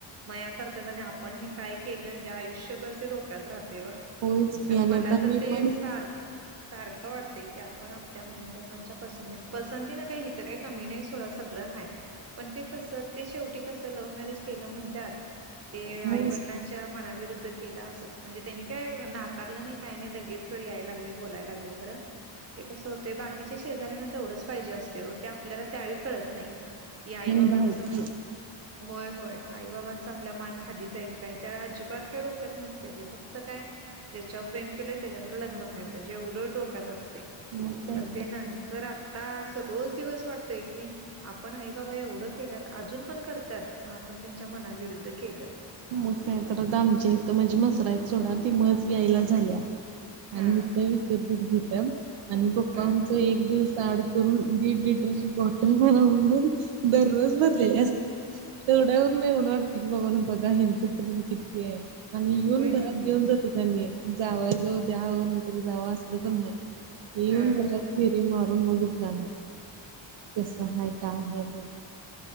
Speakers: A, on the right (about 30°); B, on the right (about 75°).
A: मया करतात आणि आपण हे काय केलं हे आयुष्यभर ते डोक्यात राहताय ओ.
B: होयच की
A: कारण
B: आणि
A: मला
B: आता
A: तर
B: मी
A: ते
B: पण
A: सार सारखं वाटतंय की आपण आपल्या मम्मी पप्पांच्या पस पसंती न का हिथं काही कमी नाही सोडं सगळं हय पण ते कसं ते शेवटी कसं लव्ह मॅरेज केलं म्हणतात. ते आईवडिलांच्या
B: मेन
A: मनाविरुद्ध केल असच म्हणजे त्यांनी काय नाकारलं नाही काही नाही लगेच यायला लागले बोलायला लागले खरं ते कसं होतें बाकीच्या शेजऱ्यांना तेवढंच पाहिजे असते ते आपल्याला त्यावेळी कळत नाही. की आई बाबा
B: भावकी
A: समज होय होय आई बाबांचा आपल्या मान खाली जाईल काय त्या अजिबात काय डोक्यात नसते र ते फक्त काय ज्याच्यावर प्रेम केलंय त्याच्यावर लग्न व्हायला पाहिेजे डोक्यात असत.
B: मग काय
A: पण ते
B: तर
A: नंतर आता अस रोज दिवस वाटतय की, आपण आई बाबा एवढं केल्यात अजून पण करतात मग आपण त्यांच्या मनाविरुद्ध केलं.
B: मग काय तर दामचे इथ म्हणजे मसरा आहेत चोडा त मच यायला झाल्या <inaudible> आणि
A: हां,
B: इथं
A: हां,
B: विकत दूध घता आणि पप्पा
A: हां.
B: आमचा एक दिवसा आड करून दीड लीटर ची बॉटल मला दररोज तेवढ्यावर नाही एवढं वाटत की बाबा ना बघा हच प किती. आणि येऊन
A: होयच
B: घरात
A: की.
B: देऊन जाते. जावा जव द्यावं नाही तर जावं असलं पण नाही येऊन
A: हां,
B: घरात फिरी मारून मगच जाणार. कसं आहे का? आहे बोल